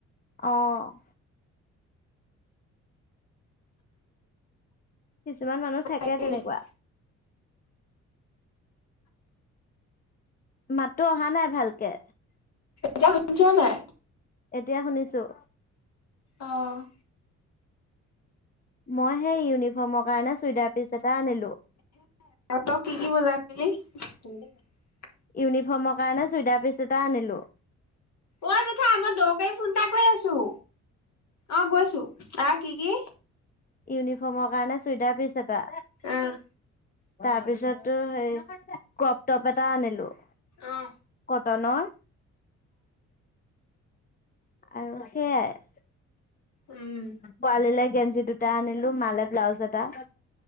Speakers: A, on the left (about 30°); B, on the left (about 60°).
A: অ'। কিছুমান মানুহ থাকে
B: এতিয়া
A: তেনেকুৱা। মাতটো অহা নাই ভালকে।
B: এতিয়া শুনিছ নাই?
A: এতিয়া শুনিছোঁ।
B: অ'।
A: মই সেই য়ু ফৰ্মৰ কাৰণে চুইদাৰ পিচ এটা আনিলোঁ।
B: তই কি কি বজাৰ <unintelligible>
A: ইউনিফৰ্মৰ কাৰণে চুইদাৰ পিচ এটা আনিলোঁ।
B: ঐ জেঠাই মই দৰকাৰী ফোন এটা কৰি আছোঁ। অ' গৈছোঁ। অ' কি - কি?
A: ইউনিফৰ্মৰ কাৰণে চুইদাৰ পিচ এটা।
B: আহ
A: তাৰপিছতটো সেই ক্ৰ'প টপ এটা আনিলোঁ।
B: অ'।
A: কটনৰ। আৰু সেয়াই।
B: উম,
A: পোৱালিলে গেঞ্জি দুটা আনিলোঁ, মালে ব্লাউজ এটা।